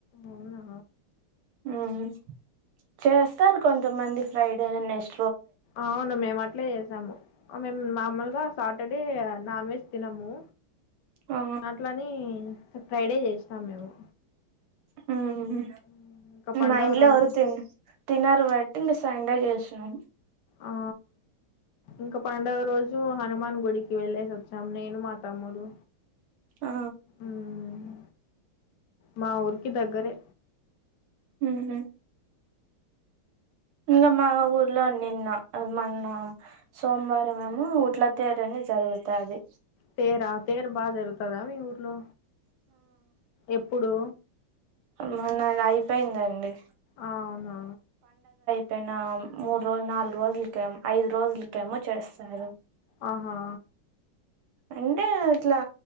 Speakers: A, on the left (about 65°); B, on the right (about 80°).
A: అవునా
B: మ్మ్ చేస్తారు కొంతమంది ఫ్రైడే నెస్
A: అవును మేము అట్లే చేసాము మేము మామూలుగా సాటర్డే నాన్ వెజ్ తినము
B: ఆ
A: అట్లని ఫ్రైడే చేసినాం మేము
B: హ్మ్
A: ఉమ్, ఇంకా పండుగ
B: మా ఇంట్లో
A: రోజు
B: ఎవరు తి తినరు బట్టి ఇంగ సండే చేస్ శం
A: ఆ ఇంకా పండగ రోజు హనుమాన్ గుడికి వెళ్ళేసి వచ్చాము నేను మా తమ్ముడు
B: ఆ
A: మ్మ్ మా ఊరికి దగ్గరే
B: హ్మ్ ఇంగ మా ఊర్లో నిన్న మొన్న సోమవారం ఏమో ఊట్ల తేరని జరుగుతాది
A: తేరా తేరు బాగా జరుగుతదా మీ ఊర్లో ఎప్పుడు
B: మొన్న అది అయిపోయిందండి
A: అవునా
B: పెన మూడు రోజు నాలుగు రోజులకే ఐదు రోజులకేమో చేస్తారు
A: ఆహా
B: అంటే ఇట్లా